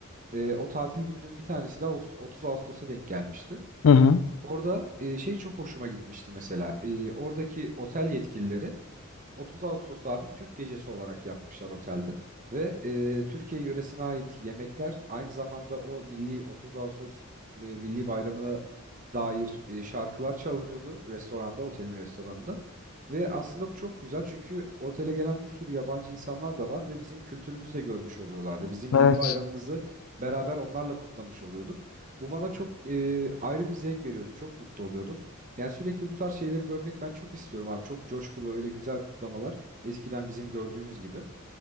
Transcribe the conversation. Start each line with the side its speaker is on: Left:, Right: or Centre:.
Right: E, o tatil gününün bir tanesi de Ağust- 30 Ağustos'a denk gelmişti.
Left: Hı hı.
Right: Orada e, şey çok hoşuma gitmişti mesela. E, oradaki otel yetkilileri 30 Ağustos abi Türk gecesi olarak yapmışlar otelde ve e, Türkiye yöresine ait yemekler aynı zamanda o milli 30 Ağustos e, milli bayramına dair e, şarkılar çalınıyordu restoranda otelin restoranında ve aslında bu çok güzel çünkü otele gelen bir sürü yabancı insanlar da var ve bizim kültürümüzü de görmüş oluyorlardı. Bizim milli
Left: Evet.
Right: bayramımızı beraber onlarla kutlamış oluyorduk. Bu bana çok e, ayrı bir zevk veriyordu. Çok mutlu oluyordum. Yani sürekli bu tarz şeyleri görmek ben çok istiyorum abi. Çok coşkulu öyle güzel kutlamalar eskiden bizim gördüğümüz gibi.